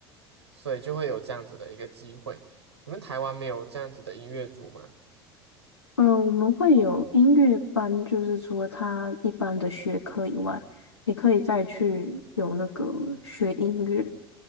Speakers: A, on the right; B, on the left.
A: 所以就会有这样子的一个机会。你们台湾没有这样子的音乐组吗？
B: 嗯，呃我们会有音乐班，就是除了他一般的学科以外，也可以再去有那个学音乐。